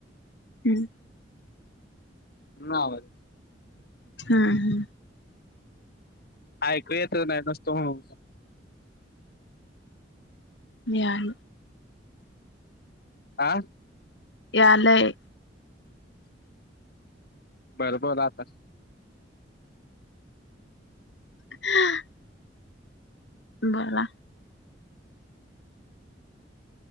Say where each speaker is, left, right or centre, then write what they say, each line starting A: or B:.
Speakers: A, on the left; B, on the left.
A: हम्म.
B: आवाज
A: <inaudible> हा हा.
B: ऐकू येत नाही नुसत हुं.
A: मी आहे.
B: आं
A: यालंय.
B: बर बोद आतास.
A: <inaudible> बोला.